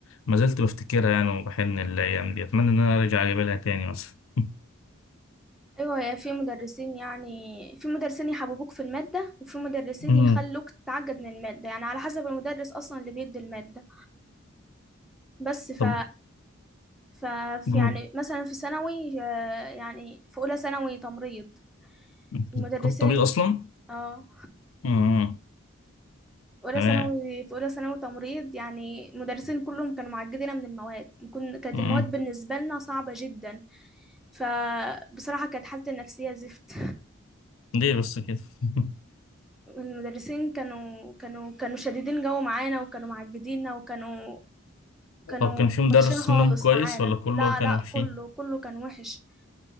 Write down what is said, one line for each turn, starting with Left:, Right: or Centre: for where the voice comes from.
Left: ما زلت بفتكرها يعني وبحن الايام دي اتمنى ان انا ارجع اجيب لها تاني مثلا <laughs>
Centre: ايوه يا في مدرسين يعني في مدرسين يحببوك في الماده وفي مدرسين
Left: مم.
Centre: يخلوك تتعقد من الماده يعني على حسب المدرس اصلا اللي بيدي الماده بس ف
Left: طب
Centre: ف في
Left: جود
Centre: يعني مثلا في ثانوي آه، يعني في اولى ثانوي تمريض
Left: انت
Centre: المدرسين
Left: دخلت طبيب
Centre: ال-
Left: اصلا
Centre: اه
Left: مم.
Centre: في اولى
Left: تمام
Centre: ثانوي في اولى ثانوي تمريض يعني المدرسين كلهم كانوا معجبين من المواد كن- كانت
Left: مم.
Centre: المواد بالنسبه لنا صعبه جدا فبصراحه كانت حالتي النفسيه زفت
Left: ليه بس كده <laughs>
Centre: <laughs> المدرسين كانوا كانوا كانوا شديدين جو معانا وكانوا معجبيننا وكانوا كانوا
Left: طب كان في مدرس
Centre: وحشين خالص
Left: منهم كويس
Centre: معانا
Left: ولا كله
Centre: لا
Left: كانوا
Centre: لا
Left: وحشين؟
Centre: كله كله كان وحش